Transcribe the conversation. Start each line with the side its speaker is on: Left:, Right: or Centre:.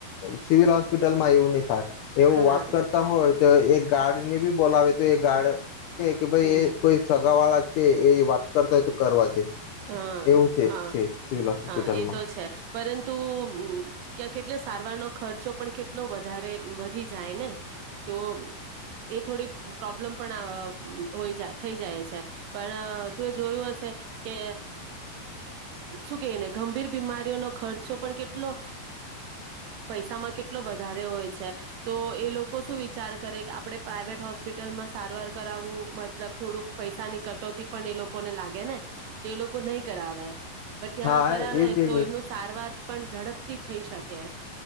Left: સિવિલ હોસ્પિટલમાં એવું નથી. એવું
Right: હા
Left: વાત કરતા હોય તો એક ગાર્ડ ને બી બોલાવે તો એ ગાર્ડ કેય કે ભાઈ
Right: હમ
Left: એ કોઈ સગા વાળા છે એ વાત કરતા હોય તો કરવા દે.
Right: હા
Left: એવું
Right: હા
Left: છે સિવિલ હોસ્પિટલમાં
Right: હા એ તો છે પરંતુમ ક્યા કેટલા સારવારનો ખર્ચો પણ કેટલો વધારે વધી જાય ને તો એ થોડી પ્રોબ્લેમ પણ થઈ જાય છે પણ તું એ જોયું હશે કે શું કહીને ગંભીર બીમારીઓનો ખર્ચો પણ કેટલો પૈસામાં કેટલો અ વધારે હોય છે તો એ લોકો શું વિચાર કરે કે આપણે પ્રાઇવેટ હોસ્પિટલમાં સારવાર કરાવવું મતલબ થોડુંક પૈસાની કટોતી પણ એ લોકોને લાગે ને. તે લોકો નહીં કરાવે. પણ ત્યાં
Left: હા
Right: કરાવે
Left: એજ એજ
Right: તો એમનું સારવાર પણ ઝડપથી ખઈ શકે.